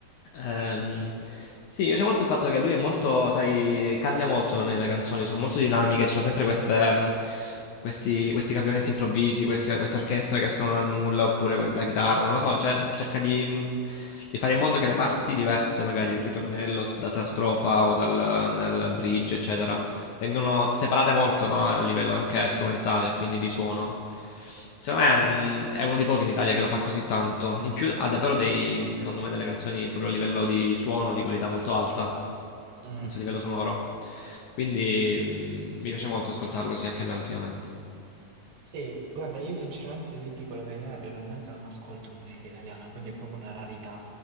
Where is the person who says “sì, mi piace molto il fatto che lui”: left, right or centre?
Left